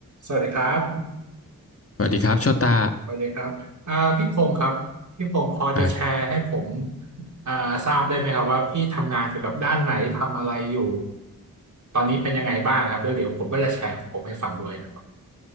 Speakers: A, on the right (about 55°); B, on the left (about 40°).
A: สวัสดีครับ
B: สวัสดีครับโชตา
A: สวัสดีครับอ่าพี่พงศ์ครับพี่พงศ์พอจะแชร์ให้ผม
B: ครับ
A: อ่าทราบได้ไหมครับว่าพี่ทำงานเกี่ยวกับด้านไหนทำอะไรอยู่ตอนนี้เป็นยังไงบ้างครับแล้วเดี๋ยวผมก็จะแชร์ของผมให้ฟังด้วยนะครับ